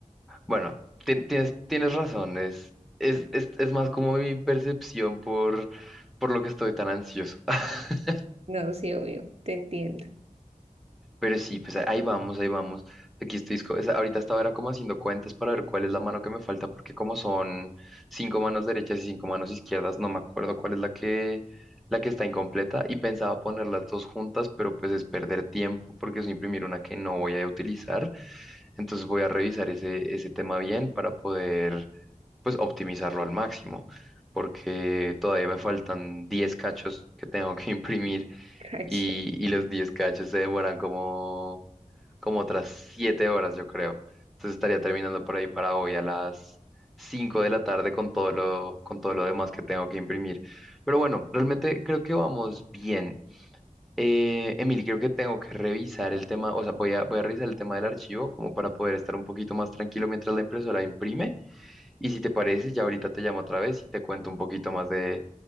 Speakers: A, in the centre; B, on the right.
A: Bueno, tien- tienes, tienes razón, es, es, es, es más como mi percepción por, por lo que estoy tan ansioso. <laughs>
B: No, sí, obvio, te entiendo.
A: Pero sí, pues ahí vamos, ahí vamos. Aquí estoy, esco- es- ahorita estaba era como haciendo cuentas para ver cuál es la mano que me falta, porque como son cinco manos derechas y cinco manos izquierdas, no me acuerdo cuál es la que, la que está incompleta y pensaba poner las dos juntas, pero pues es perder tiempo porque es imprimir una que no voy a utilizar. Entonces voy a revisar ese, ese tema bien para poder pues optimizarlo al máximo, porque todavía me faltan 10 cachos que tengo que <laughs> imprimir
B: <laughs> Cacho.
A: y, y los 10 cachos se demoran como, como otras 7 horas, yo creo. Entonces estaría terminando por ahí para hoy a las 5 de la tarde con todo lo, con todo lo demás que tengo que imprimir. Pero bueno, realmente creo que vamos bien. Eh, Emily, creo que tengo que revisar el tema, o sea, voy a, voy a revisar el tema del archivo como para poder estar un poquito más tranquilo mientras la impresora imprime. Y si te parece, ya ahorita te llamo otra vez y te cuento un poquito más de,